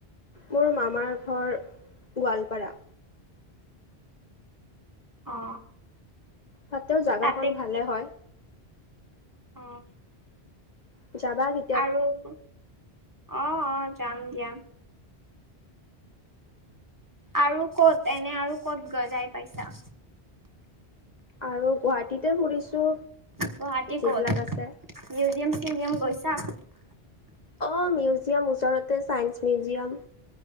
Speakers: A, on the left; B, on the right.
A: মোৰ মামাৰ ঘৰ গোৱালপাৰা।
B: অ।
A: তাতেও জাগাখন
B: তাতে কি
A: ভালে হয়।
B: অ
A: উহ যাবা নি
B: আৰু অ অ যাম দিয়া। আৰু কত এনে আৰু ক'ত গজাই পাইছা?
A: আৰু গুৱাহাটীতে ফুৰিছোঁ
B: গুৱাহাটী
A: যিবিলাক
B: ক'ত
A: আছে।
B: মিউজিয়াম - চিউজিয়াম গৈছা?
A: অ মিউজিয়াম ওচৰতে, চাইন্স মিউজিয়াম।